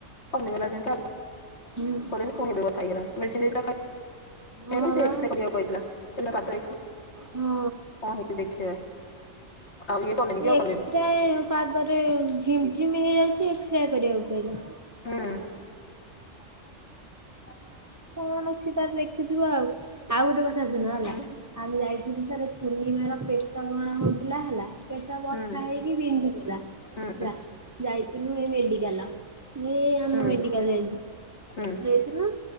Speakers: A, on the left; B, on the right.
A: କମିଗଲା ଯେମିତି ଆ।
B: ହୁଁ
A: କ କଣିବ କଥା ହେଇଗଲାଣି <unintelligible>
B: ହଁ ବା
A: ଏକ୍ସରେ କରିବାକୁ କହିଥିଲା ହେଲା ପାଦ କଣ
B: ହଁ।
A: ହେଇଛି ଦେଖି ଆଉ କଲେନି କିଉ
B: ଏକ୍ସରେ
A: କଲେନି।
B: ପାଦରେ ଝିମ୍ ଝିମ୍ ହେଇଯାଉଛି ଏକ୍ସରେ କରିବାକୁ କହିଲା।
A: ହୁଁ
B: କଣ ସେ ତାର ଦେଖିଥିବ ଆଉ ଆଉ ଗୋଟେ କଥା ଶୁଣ ହେଲା
A: ହୁଁ
B: ଆମେ ଯାଇଥିଲି ସାର ପୁର୍ଣ୍ଣିମାର ପେଟ କଣ ହଉଥିଲା ହେଲା ପେଟ ବଥା
A: ହୁଁ
B: ହେଇକି ବିନ୍ଧୁଥିଲା। ହେଲା।
A: ହୁଁ
B: ଯାଇଥିଲିନୁ ଏ ମେଡିକାଲ ଏ ଆମ
A: ହୁଁ
B: ମେଡିକାଲ ଯାଇଛ
A: ହୁଁ
B: ଯାଇଥିଲ